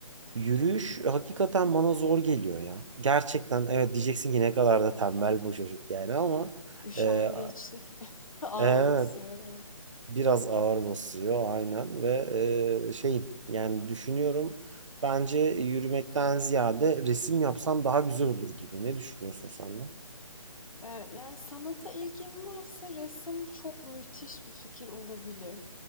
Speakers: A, on the right; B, on the left.
A: Yürüyüş
B: Hıı.
A: hakikaten bana zor geliyor ya. Gerçekten evet diyeceksin ki ne kadar da tembel bu çocuk yani ama
B: Üşengeçlik
A: e,
B: <laughs> ağır
A: evet
B: basıyor herhalde.
A: Biraz ağır basıyor aynen ve e, şeyim yani düşünüyorum bence yürümekten ziyade resim yapsam daha güzel olur gibi. Ne düşünüyorsun sen de?
B: Eee, yani sanata ilgin varsa resim çok müthiş bir fikir olabilir.